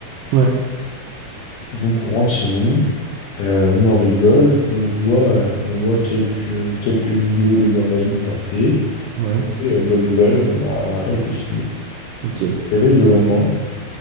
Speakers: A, on the right (about 80°); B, on the left (about 75°).
A: ouais,
B: Et donc on rentre chez nous, euh, on en rigole, on voit, euh, on voit quelques, quelques vidéos des invalides passer.
A: ouais,
B: Et euh, bonne nouvelle, on a, on n'a pas été filmé.
A: ok.
B: Je me réveille le lendemain,